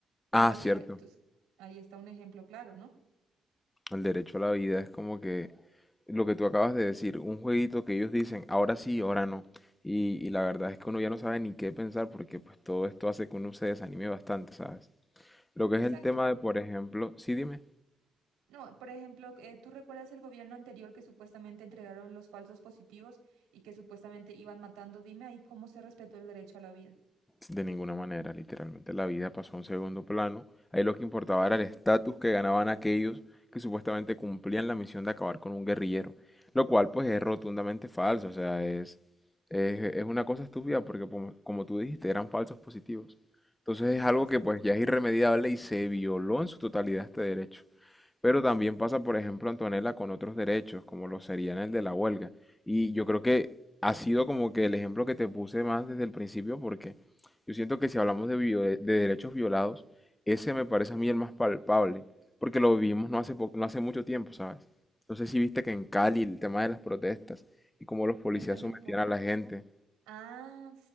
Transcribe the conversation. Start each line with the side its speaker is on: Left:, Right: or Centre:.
Right: la
Left: Ah,
Right: guerrilla.
Left: cierto.
Right: Entonces, ahí está un ejemplo claro, ¿no?
Left: El derecho a la vida es como que lo que tú acabas de decir, un jueguito que ellos dicen, ahora sí, ahora no. Y, y la verdad es que uno ya no sabe ni qué pensar porque pues todo esto hace que uno se desanime bastante, ¿sabes? Lo que
Right: Exacto,
Left: es el tema
Right: por-
Left: de, por ejemplo, sí, dime.
Right: no, por ejemplo, eh, ¿tú recuerdas el gobierno anterior que supuestamente entregaron los falsos positivos y que supuestamente iban matando? Dime ahí cómo se respetó el derecho a la vida.
Left: De ninguna manera, literalmente la vida pasó a un segundo plano. Ahí lo que importaba era el estatus que ganaban aquellos que supuestamente cumplían la misión de acabar con un guerrillero, lo cual pues es rotundamente falso, o sea, es, es, es una cosa estúpida porque como, como tú dijiste, eran falsos positivos. Entonces es algo
Right: Exacto.
Left: que pues ya es irremediable y se violó en su totalidad este derecho. Pero también pasa, por ejemplo, Antonella, con otros derechos, como lo serían el de la huelga. Y yo creo que ha sido como que el ejemplo que te puse más desde el principio, porque yo siento que si hablamos de, vio- de derechos violados, ese me parece a mí el más palpable, porque lo vivimos no hace, po- no hace mucho tiempo, ¿sabes? No sé si viste que en Cali el tema de las protestas y cómo los policías
Right: Cuéntame
Left: sometían
Right: un poco.
Left: a la gente.
Right: Ah,